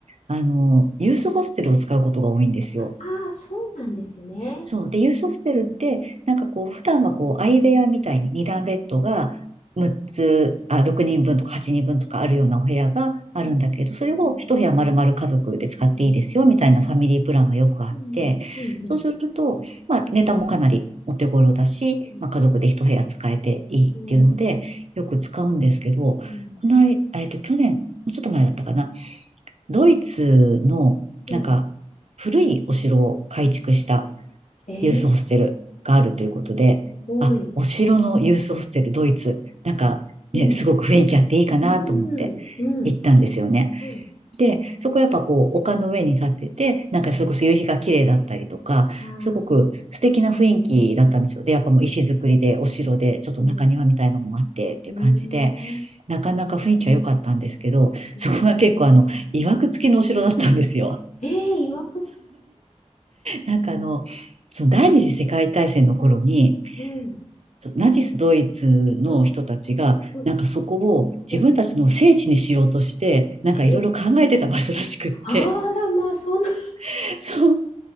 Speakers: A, on the right; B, on the left.
A: あの、ユースホステルを使うことが多いんですよ。
B: ああ、そうなんですね。
A: そう。で、ユースホステルって、
B: うん。
A: なんかこう、普段はこう、相部屋みたいに2段ベッドが6つ、
B: うん。
A: あ、6人分とか8人分とかあるようなお部屋があるんだけど、
B: うん。うん。
A: それを一部屋丸々家族で使っていいですよ、
B: うん。ああ、
A: みたいなファミリープランがよくあって、
B: うん。うん。うん。
A: そうすると、まあ、ネタもかなりお手頃だし、
B: う
A: まあ、家族で一部屋使えていいっていうので、
B: んね。
A: よく使うんですけど、
B: うん。
A: この間、えっと、去年、もうちょっと前だったかな、ドイツの、
B: うん。
A: なんか、古いお城を改築した
B: えー、
A: ユースホステルがあるということで、
B: すごい。
A: あ、お城のユースホステル、ドイツ、なんかね、
B: うん。
A: すごく雰囲気あっていいかなと思って行ったんですよね。
B: うん。うん。うん。
A: で、そこやっぱこう、丘の上に立ってて、なんかそれこそ夕日が綺麗だったりとか、
B: うん。ああ、
A: すごく素敵な雰囲気だったんですよ。で、やっぱもう石造りで、お城で、ちょっと中庭みたいなのもあってっていう感じで、
B: うん。うー
A: なかなか雰囲気は良かったんですけど、
B: ん。
A: そこが結構あの、曰く付きのお城だったんですよ。
B: ええいわくつきうん。
A: なんかあの、その第二次世界大戦の頃に、
B: うん。
A: そうナチスドイツの人たちが、
B: あ、うん。
A: なんかそこを自分たちの聖地にしようとして、
B: うん。
A: なんかいろいろ考えてた場所らしくって。
B: え、あら、まあ、そんな。
A: <laughs> そう。